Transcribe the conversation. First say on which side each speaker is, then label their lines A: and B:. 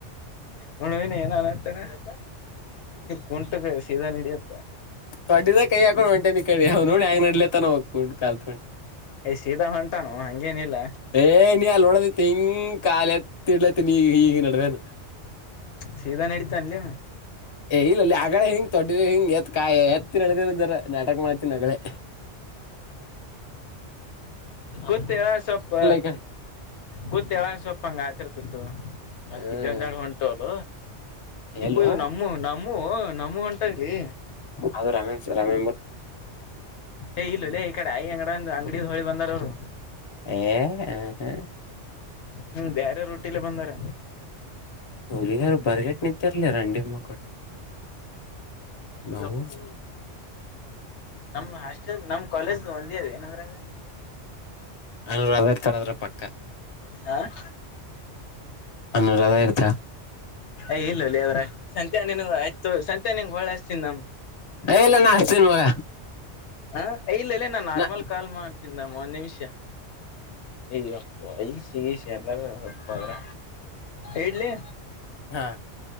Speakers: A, on the left; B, on the left.
A: ನೋಡವಿನ ಏನ್ ಅನತ್ತ ಕುಂಟ ಸೀದಾ ನಡಿಯತ್ತ
B: ತೊಡ್ಡದ ಕೈ ಹಕೊಂಡ ಹೊಂಟಾನ ಇಕಾಡಿ ಅವ ನೋಡಿ ಹೆಂಗ ನಡಲ ತ ಹೋಗೊಂಡು ಕುಂಟ ಕಾಲ ತಗೊಂಡೆ
A: ಯ್ ಸೀದಾ ಹೊಂಟಾನು ಹಂಗೇನಿಲ್ಲ
B: ಏ ನೀ ಅಲ್ಲ ನೋಡದ ತಿಂಗ ಕಾಲತ್ತ ಇಡ್ಲತ್ತ ನೀ ಹಗ ನಡವೇನು
A: ಸೀಧಾ ನಡಿತಾಾನ್ಲೆ ಹವಾ
B: ಇಲ್ಲಲ್ಲಿ ಆಗಳ ಹಿಂಗ ದೊಡ್ಡ ಹಿಂಗ್ ಎತ್ ಕಾಯ ಎತ್ತ ನಣದಂದರ ನಾಟಕ ಮಾಡ್ತನ್ ನಗಳೇ
A: ಕತ್ತ ಹೇಳಾಕ ಸೊಪ್ಪ
B: ಈಗ
A: ಕೂತ್ಂಗ ಸೊಪ್ಪಂಗ ಹತಿರ್ತತ್ತು ಮತ್ತ
B: ಹ್ಮ್
A: ಇಲ್ಲಿಂದ ಎಡು ಹೊಂಟುಲ್ಲ ಇಪ್ಪು
B: ಎಲ್ಲೋ
A: ಇವು ನಮ್ಮ ನಮ್ಮೂ ನಮ್ಮೂ ಹೊಂಟಾಗ್ಲಿ
B: ಅದು ರಮ ರಮ
A: ಏ ಇಲ್ಲಲ್ಲ ಈ ಕಡೆಯ ಅಂಗಡ ಅಂಗಡ್ ಹೊಳಿ ಬಂದಾರ ಅವ್ರು
B: ಏ ಹ ಹ್ಮ
A: ಹ್ಮ್ ಬೇರೆ ರೊಟ್ಟಿಲಿ ಬಂದಾರ
B: ಹುಡುಗಾರ ಬರ್ಗಟ್ ನಿಂತರ್ಲ ರಂಡಿ ಮಕ್ಕಳು ನವು
A: ಯಪ್ಪು ನಮ್ ಹಾಸ್ಟೆಲ್ ನಮ್ ಕಾಲೇಜ್ ಒಂದೇದ ಏನಂದ್ರಂಗ
B: ಹನ್ನ ಹದ ತರದ್ರ ಪಕ್ಕ
A: ಆ
B: ಅನ್ನ ಅದ ಇರ್ತ
A: ಯ್ ಇಲ್ಲ ಅಲ್ಲಿ ಅದ್ರ ಸಂತೆ ನಿನ್ ಆಯ್ ಸಂತೆ ನಿನ್ಗೆ ಹೊಳ ಹಸ್ತನ್ ನಮ್
B: ಲ್ಲ ನಾನ್ ಹಸ್ತೀನ್ ಮಗ
A: ಹ ಇಲ್ಲಲ್ಲೇ ನಾನ್ ನಾರ್ಮಲ್
B: ನಾ
A: ಕಾಲ್ ಮಾಡ್ತನ್ ನಮ್ಮ ಒಂದ್ ನಿಮಿಷ ಈ ಅಪ್ಪ ಈ ಸಿಗ ಸ ಪ್ಪ್ರ ಇಡ್ಲಿ
B: ಹಾ